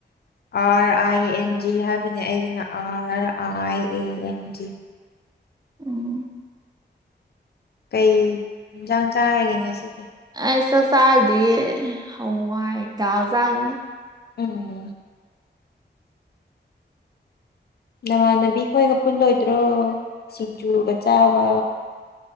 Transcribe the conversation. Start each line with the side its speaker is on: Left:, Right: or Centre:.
Left: ꯑꯥꯔ ꯑꯥꯏ ꯑꯦꯟ ꯖꯤ ꯍꯥꯏꯕꯅꯦ ꯑꯩꯒꯤꯅ R I A N G
Right: ꯎꯝ
Left: ꯀꯩ ꯏꯟꯖꯥꯡ ꯆꯥꯔꯒꯦ ꯉꯁꯤꯗꯤ
Right: ꯑꯩ ꯆꯥꯛ ꯆꯥꯗꯤꯌꯦ ꯍꯋꯥꯏ ꯗꯥꯜ ꯆꯥꯒꯅꯤ
Left: ꯎꯝ ꯅꯃꯥꯟꯅꯕꯤꯈꯣꯏꯒ ꯄꯨꯜꯂꯣꯏꯗ꯭ꯔꯣ ꯁꯤꯡꯖꯨꯒ ꯆꯥꯕ